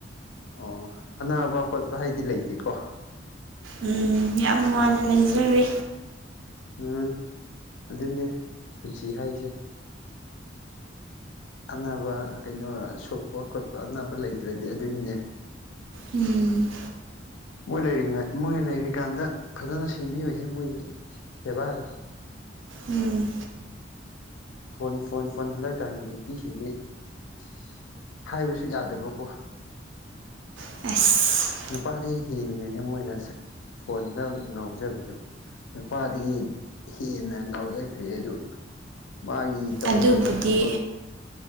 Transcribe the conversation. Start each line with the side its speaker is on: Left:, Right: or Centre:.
Left: ꯑꯣ ꯑꯅꯥꯕ ꯈꯣꯠꯄ ꯍꯥꯏꯗꯤ ꯂꯩꯇꯦꯀꯣ
Right: ꯎꯝ ꯌꯥꯝ ꯅꯨꯡꯉꯥꯏꯅ ꯂꯩꯖꯔꯤ
Left: ꯎꯝ ꯑꯗꯨꯅꯦ ꯄꯨꯟꯁꯤ ꯍꯥꯏꯁꯦ ꯑꯅꯥꯕ ꯀꯩꯅꯣ ꯁꯣꯛꯄ ꯈꯣꯠꯄ ꯑꯅꯥꯕ ꯂꯩꯇ꯭ꯔꯗꯤ ꯑꯗꯨꯅꯤꯅꯦ
Right: ꯎꯝ
Left: ꯃꯣꯏ ꯂꯩꯔꯤꯉꯥꯏ ꯃꯣꯏ ꯂꯩꯔꯤꯀꯥꯟꯗ ꯐꯖꯅ ꯁꯦꯝꯕꯤꯌꯣꯏꯍꯦ ꯃꯣꯏꯒꯤ ꯁꯦꯕꯥꯗꯣ
Right: ꯎꯝ
Left: ꯐꯣꯟ ꯐꯣꯟ ꯐꯣꯟ ꯍꯟꯗꯛꯀꯥꯟꯒꯤ ꯅꯨꯄꯤꯁꯤꯡꯗꯤ ꯑꯁ ꯍꯥꯏꯕꯁꯨ ꯌꯥꯗꯦꯕꯀꯣ
Right: ꯑꯁ
Left: ꯅꯨꯄꯥꯗꯤ ꯍꯦꯟꯒꯦꯅꯦ ꯃꯣꯏꯅ ꯐꯣꯟꯗ ꯉꯥꯎꯖꯕꯗꯨ ꯅꯨꯄꯥꯗꯒꯤ ꯍꯦꯟꯅ ꯉꯥꯎꯖꯈ꯭ꯔꯦ ꯑꯗꯨ ꯃꯥꯒꯤ ꯇꯧꯒꯗꯕ
Right: ꯑꯗꯨꯕꯨꯗꯤ
Left: ꯊꯕꯛ